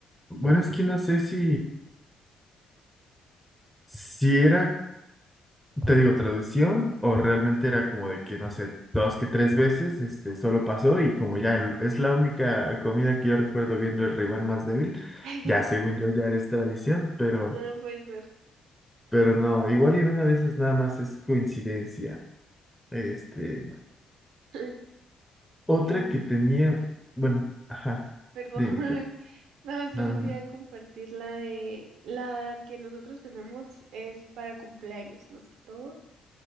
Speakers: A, in the centre; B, on the right.
A: Bueno, es que no sé si... Si era, te digo, traducción o realmente era como de que, no sé, dos que tres veces, este, solo pasó y como ya el- es la única comida que yo recuerdo viendo el rival más débil,
B: <laughs>
A: ya según yo ya es tradición, pero,
B: No puede ser,
A: pero no, igual y en una de esas nada más es coincidencia. Este,
B: puede ser. <clears throat> <laughs>
A: Otra
B: Em,
A: que tenía, bueno, ajá,
B: Perdón,
A: dime, Kat,
B: <laughs> no, solo
A: nada
B: te
A: más.
B: iba a compartir la de la que nosotros tenemos es para cumpleaños más que todo